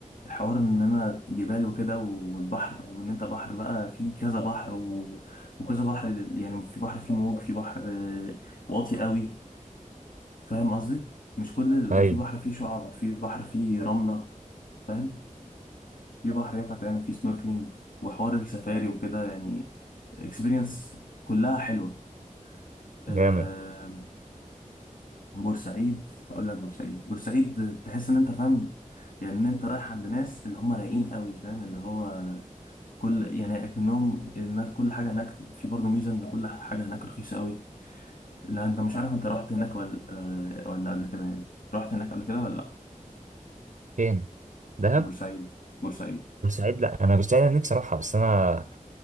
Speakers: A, on the left (about 80°); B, on the right (about 70°).
A: حوار ان انا جبال وكده والبحر وان انت بحر بقى في كذا بحر و... وكذا بحر لل- يعني في بحر فيه موج في بحر آه، واطي قوي فاهم قصدي مش كل ال... وفي
B: ايوه
A: بحر فيه شعاب في بحر فيه رمله فاهم في بحر ينفع تعمل فيه سنوركلينج وحوار السفاري وكده يعني اكسبيرينس كلها حلوه آه،
B: جامد
A: بورسعيد اقول لك بورسعيد بورسعيد تحس ان انت فاهم يعني ان انت رايح عند ناس اللي هم رايقين قوي فاهم اللي هو كل يعني اكنهم الناس كل حاجه هناك في برضه ميزه ان كل حاجه هناك رخيصه قوي لا انت مش عارف انت رحت هناك ولا ولا قبل كده يعني رحت هناك قبل كده ولا لا
B: فين دهب
A: بورسعيد بورسعيد
B: بورسعيد لا انا بورسعيد انا نفسي اروحها بس انا